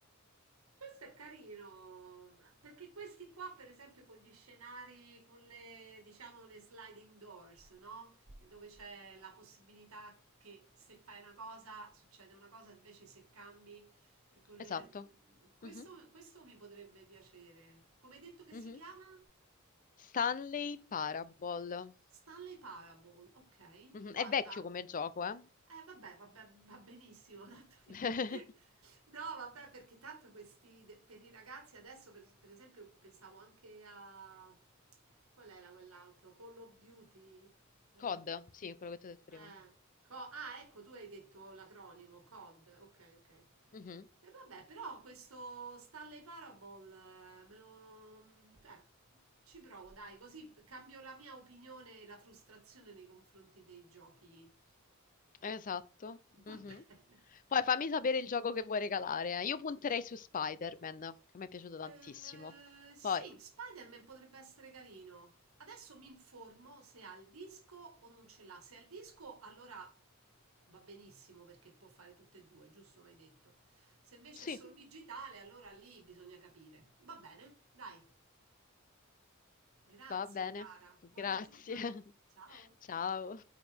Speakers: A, on the right (about 85°); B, on the left (about 40°).
A: Questo è carino, perché questi qua, per esempio, con gli scenari, con le, diciamo, le sliding doors, no? Dove c'è la possibilità che se fai una cosa succede una cosa, invece se cambi, eh, con le-
B: Esatto.
A: questo,
B: Mhm,
A: questo mi potrebbe piacere. Come hai detto che
B: mhm.
A: si chiama?
B: Stanley Parable.
A: Stanley Parable, okay.
B: Mhm,
A: Guarda
B: È vecchio come gioco, eh?
A: eh vabbè, vabbè, va benissimo tanto io
B: <laughs>
A: <laughs> no vabbè perché tanto questi de per i ragazzi adesso per per esempio pensavo anche a qual era quell'altro? Call of Duty? Ehm,
B: COD, sì, quello che ti ho detto prima.
A: eh, co ah ecco tu hai detto l'acronimo COD, okay, okay.
B: Mhm,
A: E vabbè, però questo Stanley Parable eh, me lo... cioè, ci provo, dai, così cambio la mia opinione e la frustrazione nei confronti dei giochi.
B: Esatto. Mhm.
A: Va bene.
B: Poi fammi sapere il gioco che vuoi regalare. eh. Io punterei su Spider-Man, che mi è piaciuto tantissimo.
A: Eh, sì,
B: Poi,
A: Spider-Man potrebbe essere carino. Adesso mi informo se ha il disco o non ce l'ha. Se ha il disco, allora va benissimo perché può fare tutte e due, giusto? Mi hai detto. Se invece
B: sì,
A: è solo digitale, allora lì bisogna capire. Va bene, dai. Grazie
B: va bene.
A: cara, buona
B: Grazie.
A: giornata. Ciao.
B: <laughs> Ciao.